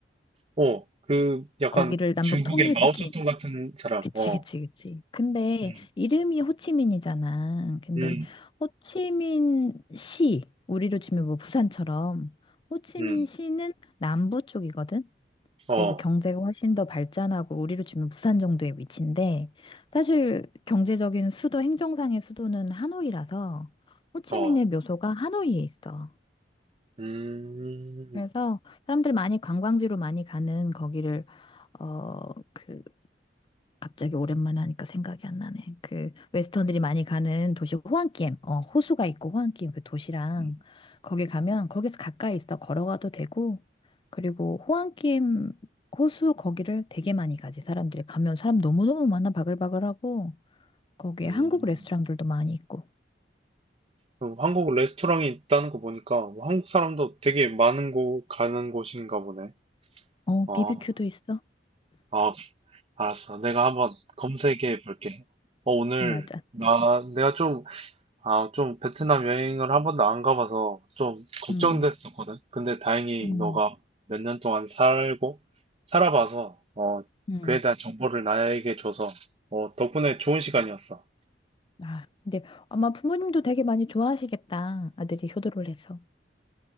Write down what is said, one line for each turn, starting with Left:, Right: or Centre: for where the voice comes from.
Right: 어, 그 약간
Left: 거기를 남북
Right: 중국의
Left: 통일시킨.
Right: 마오쩌둥 같은 사람.
Left: 그치,
Right: 어,
Left: 그치, 그치. 근데
Right: 음,
Left: 이름이 호치민이잖아. 근데
Right: 음,
Left: 호치민 시, 우리로 치면 뭐 부산처럼 호치민
Right: 음,
Left: 시는 남부 쪽이거든.
Right: 어,
Left: 그래서 경제가 훨씬 더 발전하고 우리로 치면 부산 정도의 위치인데 사실 경제적인 수도 행정상의 수도는 하노이라서 호치민의
Right: 어,
Left: 묘소가 하노이에 있어.
Right: 음,
Left: 그래서 사람들 많이 관광지로 많이 가는 거기를 어그 갑자기 오랜만에 하니까 생각이 안 나네. 그 웨스턴들이 많이 가는 도시 호안끼엠, 어, 호수가 있고 호안끼엠 그 도시랑
Right: 음.
Left: 거기 가면 거기서 가까이 있어 걸어가도 되고 그리고 호안끼엠 호수 거기를 되게 많이 가지 사람들이 가면 사람 너무너무 많아 바글바글하고 거기에
Right: 음.
Left: 한국 레스토랑들도 많이 있고
Right: 어, 한국 레스토랑이 있다는 거 보니까 한국 사람도 되게 많은 곳 가는 곳인가 보네.
Left: 어
Right: 아,
Left: 비비큐도 있어
Right: 아, 알았어. 내가 한번 검색해 볼게. 어, 오늘,
Left: 맞아
Right: 나, 내가 좀, 아, 좀 베트남 여행을 한 번도 안 가봐서 좀 걱정됐었거든.
Left: 음
Right: 근데 다행히
Left: 음,
Right: 너가 몇 년 동안 살고, 살아봐서, 어,
Left: 음.
Right: 그에 대한 정보를 나에게 줘서, 어, 덕분에 좋은 시간이었어.
Left: 아, 근데 아마 부모님도 되게 많이 좋아하시겠다. 아들이 효도를 해서.